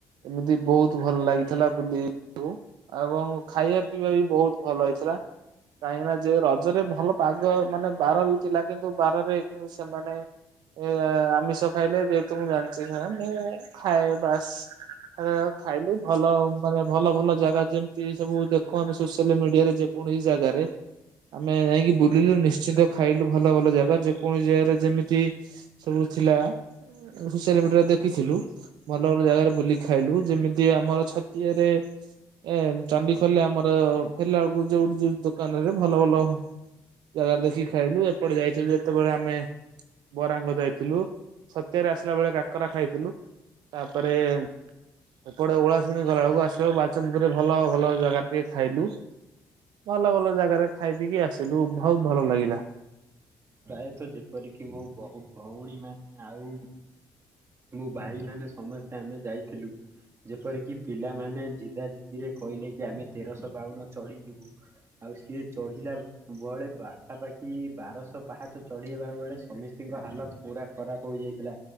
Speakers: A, on the right; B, on the right.
A: ଏମିତି ବହୁତ ଭଲ ଲାଗିଥିଲା ବୁଲି ଏବଂ ଖାଇବା ପିଇବା ବି ବହୁତ ଭଲ ହେଇଥିଲା। କାହିଁକି ନା ଯେ ରଜରେ ଭଲ ପାଗ ମାନେ ବାର ବି ଥିଲା କିନ୍ତୁ ବାରରେ କି ସେମାନେ ଏ ଆମିଷ ଖାଇଲେ ଯେହେତୁ ମୁଁ ଜାଣିଛି ସେ ମୁ ଖାଏ ବାସ୍ ଖା ଖାଇଲୁ ଭଲ ମାନେ ଭଲ ଭଲ ଜି ଜାଗା ଯେମିତି ସବୁ ଦେଖୁ ଆମେ ସୋସିଆଲ ମିଡିଆରେ ଯେକୌଣସି ଜାଗାରେ ଆମେ ଯାଇକି ବୁଲିଲୁ ନିଶ୍ଚିନ୍ତ ଖାଇଲୁ ଭଲ ଭଲ ଜାଗା ଯେକୌଣସି ଜାଗାରେ ଯେମିତି ସବୁ ଥିଲା ସୋସିଆଲ ମିଡିଆରେ ଦେଖିଥିଲୁ ଭଲ ଭଲ ଜାଗାରେ ବୁଲି ଖାଇଲୁ ଯେମିତି ଆମର ଛତିଆରେ ଏ ଚଣ୍ଡିଖୋଲରେ ଆମର ଫେରିଲାବେଳକୁ ଯୋଉଠି ଯୋ ଦୋକାନ ରେ ଭଲ ଭଲ ଜାଗାରେ ଦେଖିକି ଖାଇଲୁ। ଏପଟେ ଯାଇଥିଲୁ ଯେତେବେଳେ ଆମେ ବରାଙ୍ଗ ଯାଇଥିଲୁ। ଛତିଆରେ ଆସିଲା ବେଳେ କାକରା ଖାଇଥିଲୁ। ତାପରେ ଏପଟେ ଓଳାଶୁଣି ଗଲାବେଳକୁ ଆସିଲା ବଳକୁ ବା ସନପୁରରେ ଭଲ ଭଲ ଜାଗାରେ ଟିକେ ଖାଇଲୁ। ଭଲ ଭଲ ଜାଗାରେ ଖାଇ ପିଇକି ଆସିଲୁ ବହୁତ ଭଲ ଲାଗିଲା।
B: ପ୍ରାୟତଃ ଯେପରିକି ମୋ ବହୁ ଭଉଣୀ ମାନେ ଆଉ ମୋ ଭାଇମାନେ ସମସ୍ତେ ଆମେ ଯାଇଥିଲୁ। ଯେପରିକି ପିଲାମାନେ ଜିଦା ଜିଦିରେ କହିଲେ କି ଆମେ ତେରଶହ ବାଉନ ଚଢିଯିବୁ। ଆଉ ସିଏ ଚଢିଲା ବଳେ ପାଖାପାଖି ବାରଶହ ପାହାଚ ଚଢି ହେବା ବେଳେ ସମିସ୍ତିଙ୍କ ହାଲତ ପୁରା ଖରାପ ହୋଇଯାଇଥିଲା।